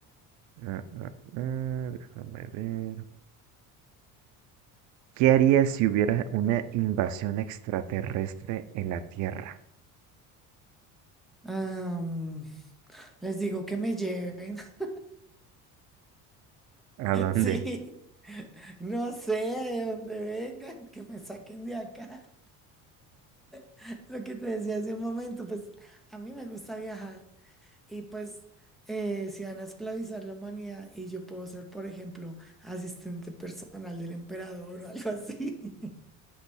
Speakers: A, on the right; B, in the centre.
A: ah, ah, ah, déjame ver. ¿Qué harías si hubiera una invasión extraterrestre en la Tierra?
B: Am, les digo que me lleven. <laughs>
A: ¿A dónde?
B: Sí, no sé de dónde vengan, que me saquen de acá. <laughs> Lo que te decía hace un momento, pues a mí me gusta viajar y pues eh, si van a esclavizar la humanidad y yo puedo ser, por ejemplo, asistente personal del emperador o algo así,